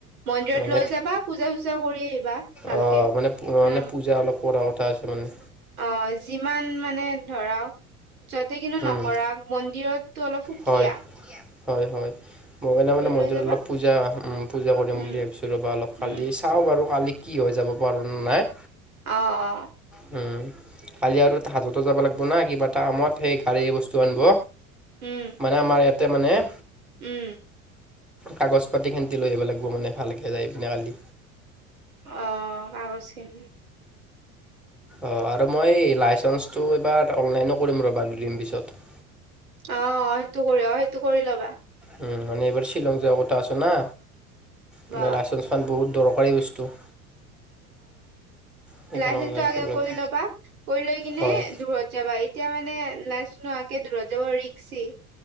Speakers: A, on the right; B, in the centre.
A: মন্দিৰত
B: মানে
A: লৈ যাবা, পূজা-চূজা কৰি আহিবা ভালকৈ
B: অঁ মানে
A: <inaudible>
B: মানে পূজা অলপ কৰা কথা আছে মানে।
A: অঁ যিমান মানে ধৰা, - সিহঁতে কিন্তু
B: উম
A: নকৰা মন্দিৰতটো অলপ সুকীয়া।
B: হয় হয় হয়, মই মানে মানে মন্দিৰত
A: লৈ যাবা
B: অলপ পূজা পূজা কৰিম
A: উম
B: বুলি ভাবিছোঁ ৰ'বা অলপ
A: উম
B: কালিছ- চাওঁ বাৰু কালি কি হৈ যাব পাৰোঁ নাই।
A: অঁ অঁ'
B: হুম কালি আৰু তেহেত দুটাও‌ যাব লাগিব না কিবা এটা কামত সেই গাড়ীৰ বস্তু আনিব।
A: উম
B: মানে আমাৰ ইয়াতে মানে-
A: উম
B: কাগজ পাতিখিনি লৈ আহিব লাগিব মানে ভালকে যায় পিনে কালি।
A: অঁ কাগজখিনি।
B: অঁ আৰু মই লাইচেঞ্চটো এইবাৰ অনলাইনো কৰিম ৰ'বা দুদিন পিছত।
A: অঁ' সেইটো কৰি অ সেইটো কৰি ল'বা।
B: উম' মানে এইবাৰ শ্বিলং যোৱা কথা আছ না
A: বা
B: মানে লাইচেন্ঞ্চ খন বহুত দৰকাৰী বস্তু। সেইখন
A: লাইচেন্ঞ্চটো
B: অনলাইন
A: আগে
B: কৰিব লাগিব
A: কৰি ল'বা, কৰি লৈ কিনে
B: হয়।
A: দূৰৰত যাবা। এই- এতিয়া মানে লাইচ নোহোৱাকে দূৰত যাব ৰিক্সি।